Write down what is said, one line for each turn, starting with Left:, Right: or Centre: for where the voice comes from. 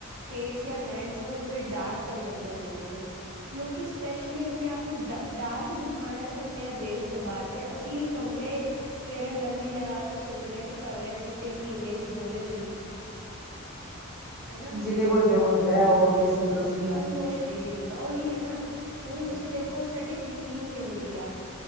Right: ਫੇਸ ਜਾਂ ਹੈਂਡਸ ਨੇ ਉ ਥੋੜੇ ਡਾਰਕ ਕਲਰ ਦੇ ਹੋ ਜਾਂਦੇ ਨੇ ਲੋਕੀਂ ਸਪੈਸ਼ਲੀ ਆਪਣੇ ਆਪ ਨੂੰ ਡ ਡਾਰਕ ਦਿਖਾਉਣਾ ਚਾਹੁੰਦੇ ਆ ਦੇਸ਼ ਤੋਂ ਬਾਹਰ ਤੇ ਅਸੀਂ ਕਮਲੇ 'ਫੇਅਰ ਐਂਡ ਲਵਲੀ' ਲਗਾ ਕੇ ਸੋਚਦੇ ਕਿ ਭਾਵੇਂ ਅਸੀਂ ਤਿੰਨ ਮਹੀਨੇ ਚ ਗੋਰੇ ਹੋ ਜਾਈਏ ਹਨਾ
Centre: ਜਿਹਦੇ ਕੋਲ ਜੋ ਹੁੰਦਾ ਏ ਓ ਉਹਦੇ ਸੰਤੁਸ਼
Right: ਸੰਤੁਸ਼ਟ ਹੀ ਨਹੀਂ ਹੁੰਦਾ ਉਹੀ ਹੈ ਨਾ ਹੁਣ
Centre: ਹੂੰ
Right: ਤੁਸੀਂ ਦੇਖੋ ਸਾਡੀ ਥਿੰਕਿੰਗ ਕਿਹੋ ਜਿਹੀ ਆ